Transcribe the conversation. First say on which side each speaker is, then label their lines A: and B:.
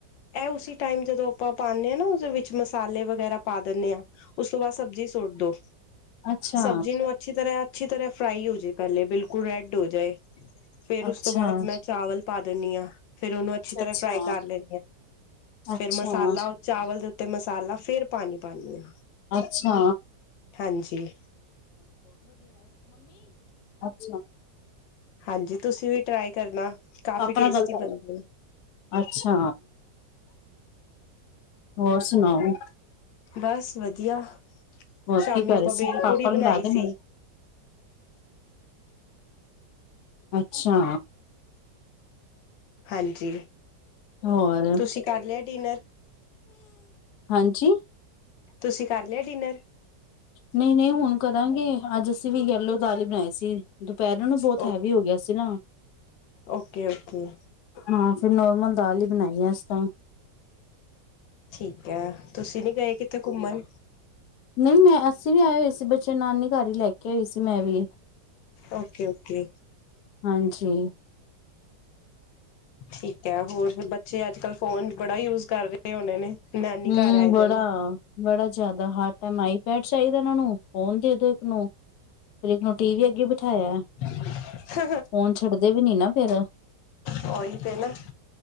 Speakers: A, on the left (about 85°); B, on the left (about 70°).
A: ਇਹ ਉਸੀ ਟਾਈਮ ਜਦੋਂ ਆਪਾਂ ਪਾਨੇ ਆਂ ਨਾ ਉਹਦੇ ਵਿੱਚ ਮਸਾਲੇ ਵਗੈਰਾ ਪਾ ਦਿੰਨੇ ਆਂ। ਉਸ ਤੋਂ ਬਾਅਦ ਸਬਜ਼ੀ ਸੁੱਟ ਦੋ।
B: ਅੱਛਾ
A: ਸਬਜ਼ੀ ਨੂੰ ਅੱਛੀ ਤਰ੍ਹਾਂ ਅੱਛੀ ਤਰ੍ਹਾਂ ਫਰਾਈ ਹੋ ਜੇ ਪਹਿਲੇ, ਬਿਲਕੁਲ ਰੈੱਡ ਹੋ ਜਾਏ। ਫੇਰ
B: ਅੱਛਾ
A: ਉਸ ਤੋਂ ਬਾਅਦ ਅਪ ਚਾਵਲ ਪਾ ਦੇਨੀ ਆਂ, ਫੇਰ ਉਹਨੂੰ ਅੱਛੀ ਤਰ੍ਹਾਂ
B: ਅੱਛਾ
A: ਫਰਾਈ ਕਰ ਲੈਂ
B: ਅੱਛਾ
A: ਫੇਰ ਮਸਾਲਾ,
B: ਅੱਛਾ
A: ਚਾਵਲ ਦੇ ਉੱਤੇ ਮਸਾਲਾ ਫੇਰ ਰ ਪਾਣੀ ਪਾਨੀ ਆਂ।
B: ਅੱਛਾ।
A: ਹਾਂਜੀ।
B: ਛਾ।
A: ਹਾਂਜੀ, ਤੁਸੀਂ ਵੀ ਟਰਾਈ ਕਰਨਾ। ਕਾਫੀ
B: ਪਾਪਾ
A: ਟੇਸਟੀ
B: ਨਾਲ ਗੱਲ ਕਰ
A: ਬਣਦੇ
B: ਲੋ,
A: ਨੇ
B: ਅੱਛਾ। ਹੋਰ ਸੁਣਾਓ।
A: ਬਸ ਵਧੀਆ।
B: ਹੋਰ
A: ਸ਼ਾਮੀ
B: ਕੀ ਕਰ
A: ਆਪਾਂ
B: ਰਹੇ ਸੀ
A: ਬੇਲਪੂੜੀ
B: ਪਾਪਾ
A: ਬਨਾਈ
B: ਨੂੰ ਮਿਲਾ ਦੇ
A: ਸੀ।
B: ਮੇਰੇ ਅੱਛਾ।
A: ਹਾਂਜੀ।
B: ਹੋਰ
A: ਤੁਸੀਂ ਕਰ ਲਿਆ ਡਿਨਰ
B: ਹਾਂਜੀ
A: ਤੁਸੀਂ ਕਰ ਲਿਆ ਡਿਨਰ
B: ਨਹੀਂ ਨਹੀਂ ਹੁਣ ਕਰਾਂਗੇ ਅੱਜ ਅਸੀਂ ਵੀ ਯਲੋ ਦਾਲ ਹੀ ਬਣਾਈ ਸੀ ਪਹਿਰਣ ਨੂੰ ਬਹੁਤ ਹੈਵੀ
A: ਓ
B: ਹੋ ਗਿਆ ਸੀ ਨਾ
A: ਓਕੇ ਓਕੇ
B: ਹਾਂ ਫਿਰ ਨੋਰਮਲ ਦਾਲ ਹੀ ਬਣਾਈਏ ਅਸੀਂ ਤਾਂ
A: ਠੀਕ ਹੈ ਤੁਸੀਂ ਨਹੀਂੀ ਗਏ ਕਿੱਥੇ ਘੁੰਮਣ
B: ਨਹੀਂ ਮੈਂ ਅਸੀਂ ਵੀ ਆਏ ਹੋਏ ਸੀ ਬੱਚੇ ਨਾਨੀ ਘਰ ਹੀ ਲੈ ਕੇ ਆਈ ਸੀ ਮੈਂ ਵੀ
A: ਓਕੇ ਓਕੇ
B: ਹਾਂਜੀ
A: ਠੀਕ ਹੈ ਹੋਰ ਫ ਬੱਚੇ ਅੱਜ ਕਲ੍ਹ ਫੋਨ ਬੜਾ ਯੂਜ ਕਰ ਰਹੇ ਹੋਣੇ ਨੇ ਨਾਨੀ
B: ਹਮ
A: ਘਰ ਆਏ
B: ਬੜਾ
A: ਦੇ ਨੇ
B: ਬੜਾ ਜ਼ਿਆਦਾ ਹਰ ਟਾਈਮ ਆਈਪੈਡ ਚਾਹੀਦਾ ਇਹ ਨੂੰ ਫੋਨ ਦੇ ਦੋ ਇੱਕ ਨੂੰ ਫਿਰ ਇੱਕ ਨੂੰ ਟੀ ਵੀ ਅੱਗੇ ਬਿਠਾਇਆ
A: <unintelligible>
B: ਫੋਨ ਛੱਡਦੇ ਵੀ ਨੀ ਨਾ ਫੇਰ
A: ੳਹੂੀ ਤੇ ਨਾ